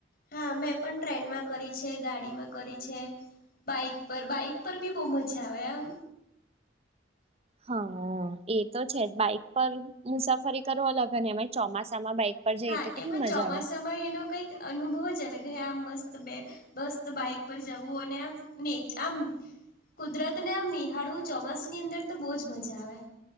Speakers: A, on the left; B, on the right.
A: હા મેં પણ ટ્રેનમાં કરી છે ગાડીમાં કરી છે. બાઈક પર બાઈક પર બી બહુ મજા આવે આમ
B: હા એ તો છે જ બાઈક પર મુસાફરી કરો અલગ હ ને એમાં ચોમાસામાં બાઈક પર જઈએ
A: હા
B: તો કેટલી
A: એ બ
B: મજા
A: ચોમાસામાં
B: આવે
A: એનો કંઈક અનુભવ જ અલગ હ આ મસ્ત બે બસ બાઈક પર જવું અને આમ નેચ આમ કુદરતને આમ નિહાળવું ચોમાસની અંદર તો બહુ જ મજા આવે